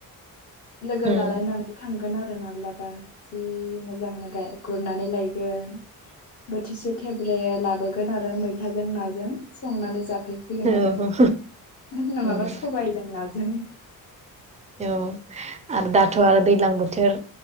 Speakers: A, on the left; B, on the right.
A: लोगो
B: उम
A: लालायनानै थांगोन आरो माब्लाबा जि मोजांनो गाय गुरनानै लायगोन बोथिसे थेब्रेनो लाबोगोन‌ आरो मैथाजों नाजों संनानै जानो फैगोन
B: औ
A: आरो नङाबा
B: उम
A: सबायजों नाजों <inaudible>
B: औ आरो दाथ' आरो दैज्लां बोथोर